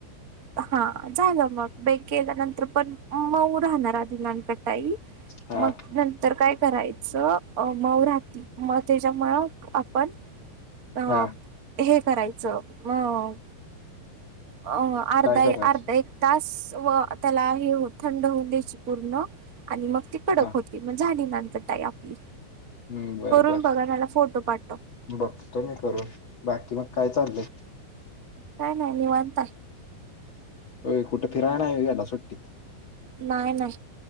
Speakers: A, on the right; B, on the left.
A: हा, झालं मग बेक केल्यानंतर पण, मऊ राहणार आधी नानकटाई.
B: हा
A: मग नं तर, काय करायचं. मऊ राहती म त्येच्यामुळं आपण अ,
B: हा
A: हे करायचं मग अ, अर्धा,
B: काय करायचं
A: अर्धा एक तास व त्याला हे थंड होऊन द्यायची पूर्ण. आणि मग ती कडक
B: हा
A: होती. मग झाली नानकटाई आपली.
B: हम्म, बरबर
A: करून बघा मला फोटो पाठव
B: बघतो मी करून, बाकी मग काय चाललंय?
A: काय नाही निवांत.
B: होय कुठ फिराय नाय व्हय सुट्टीत?
A: नाय, नाय